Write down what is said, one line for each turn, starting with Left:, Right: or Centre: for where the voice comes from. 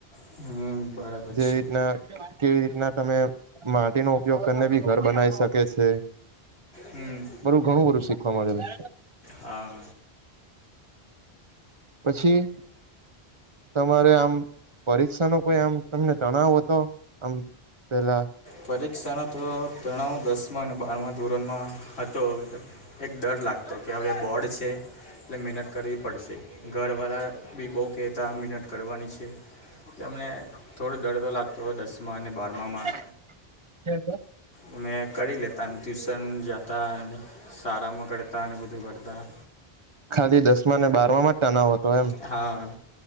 Left: હમ, બરાબર
Right: જે
Left: છે
Right: રીતનાં. કેવી રીતના તમે માટીનો ઉપયોગ કરીને બી ઘર બનાવી શકે છે.
Left: હં
Right: બધું. ઘણું બધું શીખવા મળેલું
Left: હા
Right: પછી તમારે આમ પરીક્ષા નો કોઈ આમ તમને તણાવ હતો આમ પેલાં
Left: પરીક્ષાના તો તણાવ દસમાં અને બારમાં ધોરણમાં હતો. એક ડર લાગતો કે હવે બોર્ડ છે. એટલે મહેનત કરવી પડશે. ઘરવાળા બી બહુ કે તા મિનટ કરવાનીછે. તેમને થોડો ડર તો લાગતો દસમાં અને બારમામાં
Right: <unintelligible>
Left: અમે કરી લેતાં ટ્યુશન જાતાં અને શાળામાં કરતાં અને બધું કરતાં
Right: ખાલી દસમાં ને બારમાં માં જ તણાવ હતો એમ
Left: હા